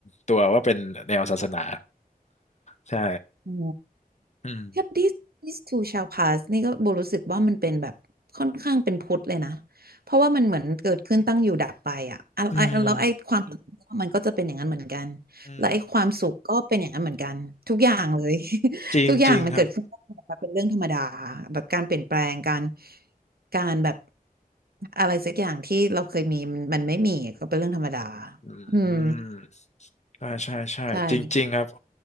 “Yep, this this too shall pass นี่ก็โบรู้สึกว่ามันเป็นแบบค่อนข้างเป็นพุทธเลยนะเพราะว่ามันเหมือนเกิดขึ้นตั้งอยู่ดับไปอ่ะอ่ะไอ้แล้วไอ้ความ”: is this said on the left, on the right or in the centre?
Right